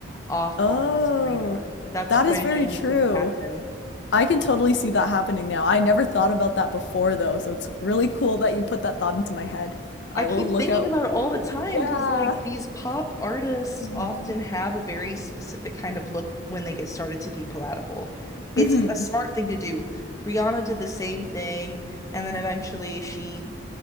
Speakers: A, on the left; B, on the left.
A: off
B: Oh,
A: on Sabrina. That's
B: that
A: what
B: is
A: I
B: very
A: genuinely
B: true.
A: think could happen.
B: I can totally see that happening now. I never thought about that before though, so it's really cool that you put that thought into my head. I
A: I keep
B: will look
A: thinking
B: out.
A: about it all the time
B: Yeah.
A: because like these pop artists
B: hmm
A: often have a very specific kind of look when they get started to be palatable. It's
B: hmm
A: a smart thing to do. Rihanna did the same thing, and then eventually she